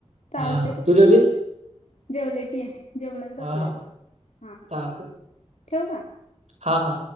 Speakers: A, on the left; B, on the right.
A: चालते
B: हा हा तू जेवलीस
A: जेवले की जेवणच बसलेलं
B: हा हा
A: हा
B: चालतं
A: ठेवू का
B: हा हा